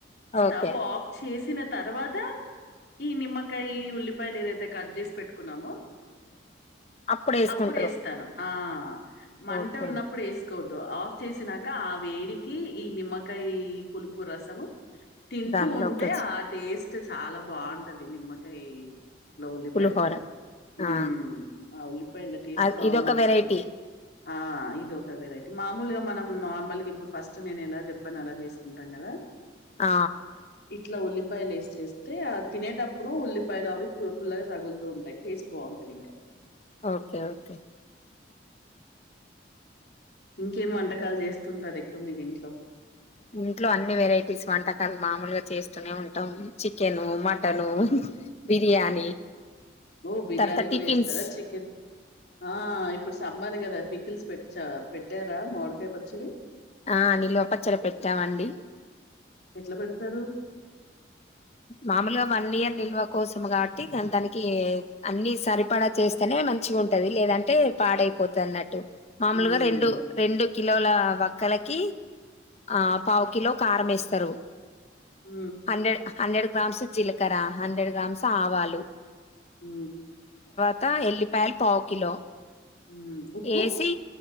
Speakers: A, on the left (about 55°); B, on the left (about 35°).
A: స్టవ్
B: ఓకే
A: ఆఫ్ చేసిన తర్వాత ఈ నిమ్మకాయ ఉల్లి పాయలు ఏదైతే కట్ చేసి పెట్టుకున్నామో
B: అప్పుడు వేసుకుంటారు
A: అప్పుడ వేస్తాను ఆ మంట
B: ఓకే
A: ఉన్నప్పుడు వేసుకోవ ఆఫ్ చేసినాక ఆ వేడికి ఈ నిమ్మకాయ పులుపు రసము తింటూ
B: దానిలోకి
A: ఉంటే
B: వచ్చి
A: ఆ టేస్ అే చాలా బాగుంటది నిమ్మకాయ్ లో ఉల్లిపాయలు
B: పులిహోర
A: హు
B: ఆ
A: ఆ ఉల్లిపాయల టేస్ట్
B: అది
A: బాగుంటాది
B: ఇదొక వెరైటీ
A: అప్పుడు ఆ ఇది ఒక వెరైటీ మామూలుగా మనం నార్మల్గా ఇప్పుడు ఫస్ట్ నేను ఎలా చెప్పాను అలా చేసుకుంటాం కదా
B: ఆ
A: ఇట్లా ఉల్లిపాయలు వేసి చేస్తే ఆ తినేటప్పుడు ఉల్లిపాయలు అవి పు పుల్లగా తగులుతూ ఉంటాయి టేస్ట్ బాగుంటది ఇంకా
B: ఓకే ఓకే
A: ఇంకేం వంటకాలు చేస్తుంటారు ఎక్కువ మీరు ఇంట్లో
B: ఇంట్లో అన్ని వెరైటీస్ వంటకాలు మామూలుగా చేస్తూనే ఉంటాం చికెను మటను బిర్యానీ
A: ఓ బిర్యానీ
B: తర్వాత టిఫిన్స్
A: కూడా వేస్తారా చికెన్ ఆ ఇప్పుడు సమ్మర్ కదా పికిల్స్ పెచ్చా పెట్టారా మామిడికాయ పచ్చడి
B: ఆ నిీ లోపచ్చడీ పెట్టామండి
A: ఎట్లా పెడతారు
B: మామూలుగా వన్ ఇయర్ నిల్వ కోసం కాబట్టి దానికి అన్ని సరిపడా చేస్తేనే మంచిగా ఉంటది లేదంటే పాడైపోతుంది అన్నట్టు మామూలుగా
A: హ్మ్.
B: రెండు రెండు కిలోల క్కలకి ఆ పావుకిలో కారం వేస్తారు
A: హ
B: హండ్రెడ్ హండ్రెడ్ గ్రామ్స్ జీలకర హండ్రెడ్ గ్రామ్స్ ఆవాలు
A: హు
B: త్తా ఎల్లిపాయల్ పావు కిలో
A: ఉ ఉప్పు
B: వేసి